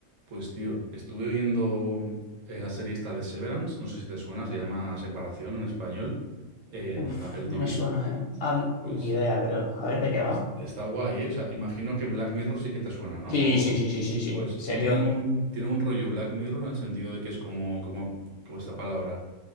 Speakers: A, on the right; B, on the left.
A: Pues tío, estuve viendo eh, la serie esta de Severance, no sé si te suena, se llama Separación en español, en
B: Uf,
A: Apple TV.
B: no me suena, ¿eh? Ah,
A: Pues
B: ni idea, creo. A ver, ¿de qué va?
A: es- Está guay, ¿eh? O sea, imagino que Black Mirror sí que te suena, ¿no?
B: Sí,
A: O-
B: sí, sí, sí, sí, sí.
A: pues
B: Serión.
A: tiene un, tiene un rollo Black Mirror en el sentido de que es como, como, como esta palabra,